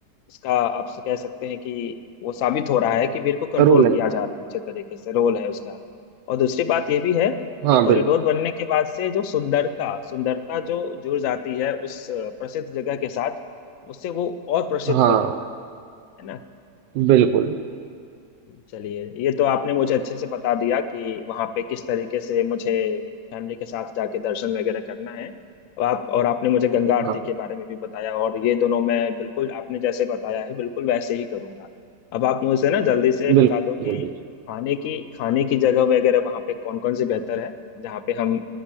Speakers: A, on the left; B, on the right.
A: इसका आप से कह सकते हैं कि वो साबित हो रहा है कि भीड़ को कंट्रोल
B: रूल है
A: किया जा रहा है अच्छे तरीके से रोल है उसका और दूसरी बात ये भी है
B: हाँ
A: कि कॉरिडोर
B: बिल्कुल
A: बनने के बाद से जो सुंदरता सुंदरता जो जुड़ जाती है उस प्रसिद्ध जगह के साथ उससे वो और प्रसिद्ध
B: हाँ
A: हो जाता है है ना
B: बिल्कुल
A: चलिए ये तो आपने मुझे अच्छे से बता दिया कि वहाँ पे किस तरीके से मुझे फैमिली के साथ जाके दर्शन वगैरह करना है और आप और आपने मुझे गंगा आरती
B: हाँ
A: के बारे में भी बताया और ये दोनों मैं बिल्कुल आपने जैसे बताया है बिल्कुल वैसे ही करूँगा अब आप मुझे ना जल्दी से बता
B: बिल्कुल
A: दो कि
B: बिल्कुल
A: खाने की खाने की जगह वगैरह वहाँ पे कौन कौन सी बेहतर है जहाँ पे हम